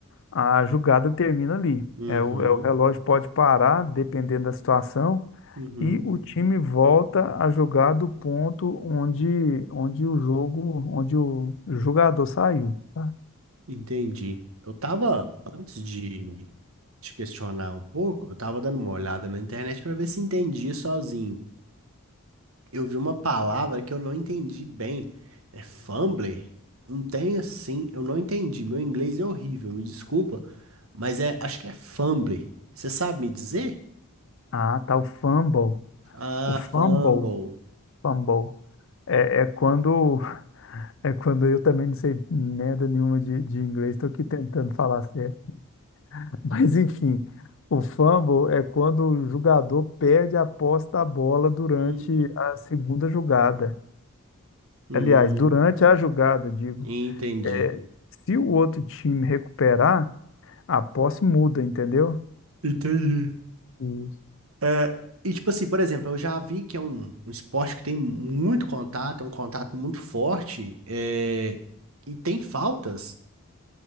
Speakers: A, on the left (about 60°); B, on the right (about 70°).
A: a jogada termina ali.
B: Uhum,
A: É, o, é, o relógio pode parar, dependendo da situação,
B: uhum,
A: e o time volta a jogar do ponto onde, onde o jogo, onde o jogador saiu. tá?
B: entendi. Eu tava antes de te questionar um pouco, eu tava dando uma olhada na internet pra ver se entendia sozinho. Eu vi uma palavra que eu não entendi bem. É fumble. Não tem assim, eu não entendi. Meu inglês é horrível, me desculpa, mas é, acho que é fumble. Você sabe me dizer?
A: Ah, tá o fumble.
B: Ah,
A: O fumble,
B: fumble.
A: fumble. É, é quando <laughs> é quando eu também não sei merda nenhuma de, de inglês, estou aqui tentando falar certo. Mas enfim, o fumble é quando o jogador perde a posse da bola durante
B: Hum,
A: a segunda jogada.
B: hum,
A: Aliás, durante a jogada, digo.
B: entendi.
A: É, Se o outro time recuperar, a posse muda, entendeu?
B: Entendi.
A: Isso.
B: É, e tipo assim, por exemplo, eu já vi que é um, um esporte que tem muito contato, é um contato muito forte, é, e tem faltas.